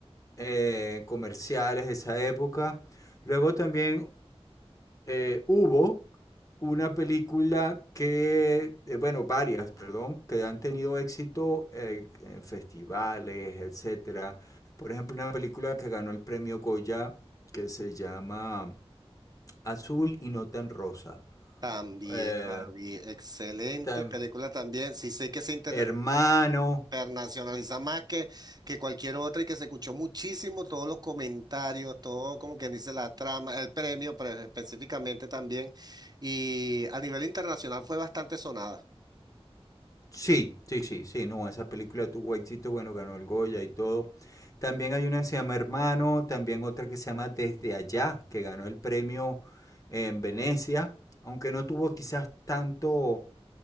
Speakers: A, on the left; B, on the right.
A: eh, comerciales de esa época. Luego también eh, hubo una película que, eh, bueno, varias, perdón, que han tenido éxito eh, en festivales, etcétera. Por ejemplo, una película que ganó el premio Goya que se llama Azul y no tan rosa.
B: También
A: Eh,
B: la vi. Excelente
A: también.
B: película también. Sí, sé que se inter...
A: Hermano,
B: internacionaliza más que, que cualquier otra y que se escuchó muchísimo todos los comentarios, todo como quien dice la trama, el premio pero específicamente también y a nivel internacional fue bastante sonada.
A: Sí, sí, sí, sí, no, esa película tuvo éxito, bueno, ganó el Goya y todo. También hay una que se llama Hermano, también otra que se llama Desde Allá, que ganó el premio en Venecia, aunque no tuvo quizás tanto